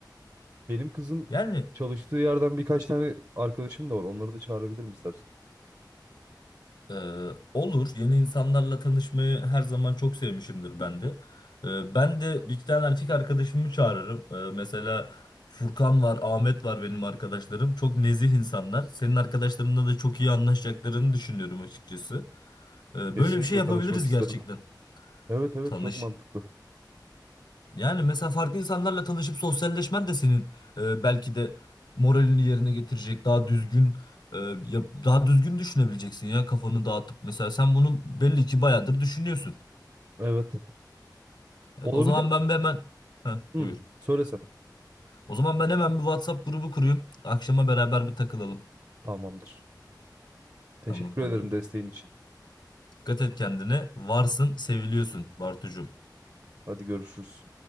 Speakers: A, on the right (about 50°); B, on the left (about 70°).
A: Benim kızın
B: Yani
A: çalıştığı yerden birkaç tane arkadaşım da var. Onları da çağırabilirim istersen.
B: Ee, olur. Yeni insanlarla tanışmayı her zaman çok sevmişimdir ben de. Ee, ben de bir iki tane erkek arkadaşımı çağırırım. Ee, mesela Furkan var, Ahmet var benim arkadaşlarım. Çok nezih insanlar. Senin arkadaşlarınla da çok iyi anlaşacaklarını düşünüyorum açıkçası. Ee,
A: Kesinlikle
B: böyle bir şey yapabiliriz
A: tanışmak isterim.
B: gerçekten.
A: Evet evet
B: Tanış.
A: çok mantıklı.
B: Yani mesela farklı insanlarla tanışıp sosyalleşmen de senin e, belki de moralini yerine getirecek, daha düzgün e, yap- daha düzgün düşünebileceksin ya kafanı dağıtıp mesela sen bunu belli ki bayağıdır düşünüyorsun.
A: Evet.
B: Evet,
A: Olabilir.
B: o zaman ben bir hemen Heh,
A: Hı,
B: buyur.
A: söylesen.
B: O zaman ben hemen bir WhatsApp grubu kurayım. Akşama beraber bir takılalım.
A: Tamamdır. Teşekkür
B: Tamam
A: ederim
B: hadi.
A: desteğin için.
B: Dikkat et kendine. Varsın, seviliyorsun Bartucuğum.
A: Hadi görüşürüz.